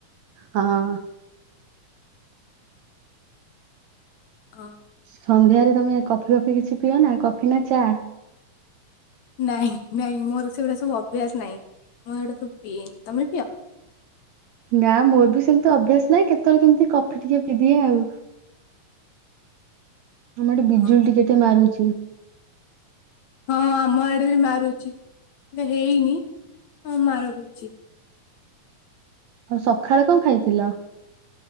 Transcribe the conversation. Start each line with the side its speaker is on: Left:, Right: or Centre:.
Right: ହଁ।
Left: ହଁ।
Right: ସନ୍ଧ୍ୟାରେ ତମେ କଫି ଫଫି କିଛି ପିଅ ନା କଫି ନା ଚା?
Left: ନାଇଁ ନାଇଁ ମୋର ସେଗୁଡା ସବୁ ଅଭ୍ୟାସ ନାହିଁ ମୁଁ ସେଗୁଡା ସବୁ ପିଏନି। ତମେ ପିଅ?
Right: ନା ମୋର ବି ସେମିତି ଅଭ୍ୟାସ ନାହିଁ କେତବେଳେ କେମିତି କଫି ଟିକେ ପିଇଦିଏ ଆଉ। ଆମ ଆଡେ ବିଜୁଳି
Left: ଓହୋ।
Right: ଟିକେ ଟିକେ ମାରୁଛି।
Left: ହଁ। ଆମ ଆଡେ ବି ମାରୁଛି କିନ୍ତୁ ହେଇନି ହଁ ମାରୁଛି।
Right: ଆଉ ସଖାଳେ କଣ ଖାଇଥିଲ?